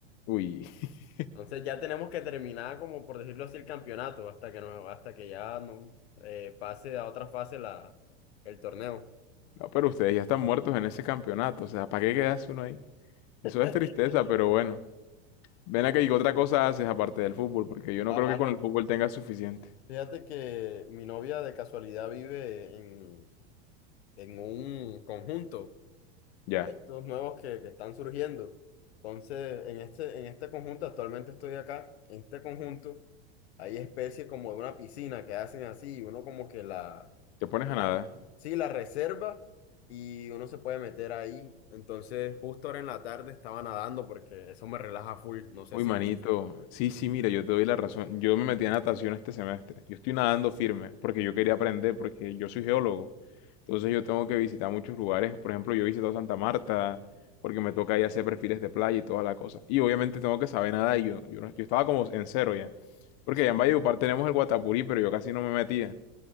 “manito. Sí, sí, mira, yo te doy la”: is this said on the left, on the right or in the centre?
Left